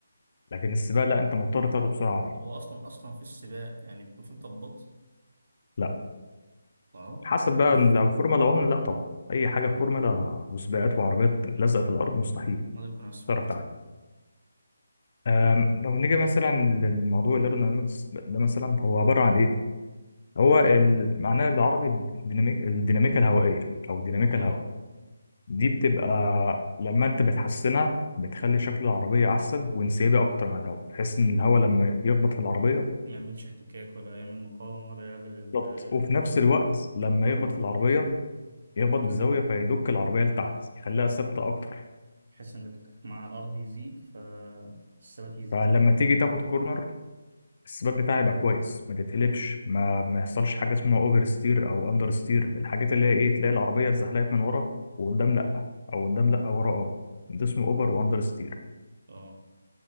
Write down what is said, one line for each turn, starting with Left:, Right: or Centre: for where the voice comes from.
Left: لكن السباق لا انت مضطر تاخده بسرعه عاليه
Right: طب هو اصلا اصلا في السباق يعني بيكون في مطبات
Left: لا
Right: اه
Left: حسب بقى
Right: <laughs>
Left: لو فورمولا 1 لا طبعا اي حاجه في فورمولا وسباقات وعربيات لازقه في الارض مستحيل
Right: ما ده بيكون اسفلت
Left: تعرف تعدي أم، لو نيجي مثلا للموضوع الايرودينامكس ده مثلا هو عباره عن ايه هو ال- معناه العربي الديناميك الديناميكا الهوائيه او الديناميكا
Right: اه
Left: الهواء دي بتبقى لما انت بتحسنها بتخلي شكل العربيه احسن وانسيابي اكتر مع الهواء بحيث ان الهواء لما يخبط في العربيه
Right: ما يعملش احتكاك ولا يعمل مقاومة ولا يعمل ال-
Left: بالظبط وفي نفس الوقت لما
Right: القدرة
Left: يخبط
Right: بتاعة
Left: في العربية
Right: الموتور
Left: يخبط بزاوية فيدك العربية لتحت يخليها ثابتة أكتر
Right: بحيث ان الاحتكاك مع الارض يزيد فالثبات يزيد
Left: فلما تيجي تاخد كورنر الثبات بتاعها يبقى كويس ما تتقلبش
Right: اه
Left: ما ما يحصلش حاجة اسمها أوفر ستير أو أندر ستير الحاجات اللي هي إيه تلاقي العربية اتزحلقت من ورا وقدام لأ أو قدام لأ ورا أه ده اسمه أوفر وأندر ستير
Right: اه